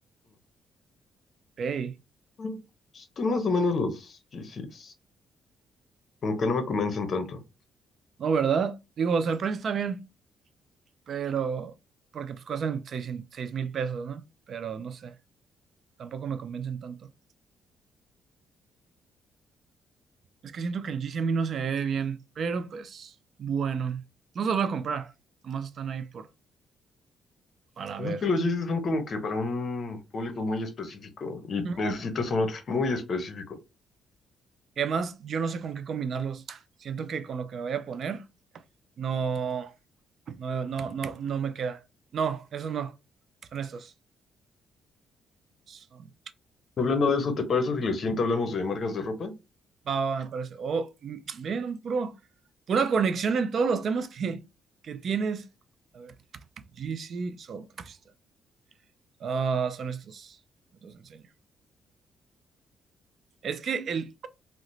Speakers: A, on the right; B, on the left.
A: Pay.
B: mm. Están
A: A
B: más
A: ver.
B: o menos los Yeezys. Como que no me convencen tanto.
A: No, ¿verdad? Digo, o sea, el precio está bien. pero porque pues cuestan seis, seis mil pesos, ¿no? Pero no sé, tampoco me convencen tanto. Es que siento que el G C a mí no se ve bien, pero pues bueno, no se los voy a comprar, nomás están ahí por para
B: Pues
A: ver.
B: es que los chistes son como que para un público muy específico y
A: Ujú.
B: necesitas un outfit muy específico.
A: Y además, yo no sé con qué combinarlos. Siento que con lo que me vaya a poner, no, no, no, no, no me queda. No, esos no. Son estos. Son,
B: Hablando de eso, ¿te parece si le siento hablamos de marcas de ropa?
A: va, va, va, me parece. Oh, mm, ven, un puro, pura conexión en todos los temas que, que tienes. A ver. GC Soul Crystal. Ah, son estos. Los enseño. Es que el,